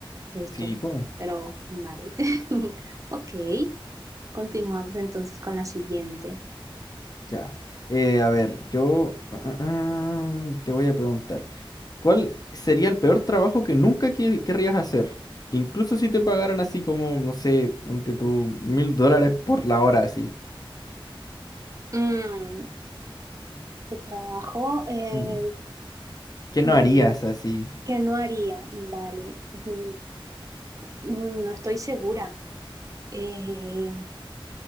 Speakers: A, on the right; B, on the left.
A: esto,
B: Sí, pum.
A: pero vale. <laughs> Ok, continuamos entonces con la siguiente.
B: Ya. Eh, a ver, yo ah, ah, ah, te voy a preguntar. ¿Cuál sería el peor trabajo que nunca que- querrías hacer? Incluso si te pagaran así como, no sé, ponte tú mil dólares por la hora así.
A: Mm, ¿qué trabajo? Eh,
B: Mm. ¿Qué no
A: mm,
B: harías así?
A: ¿qué no haría? Vale, mm, mm, no estoy segura. Eh,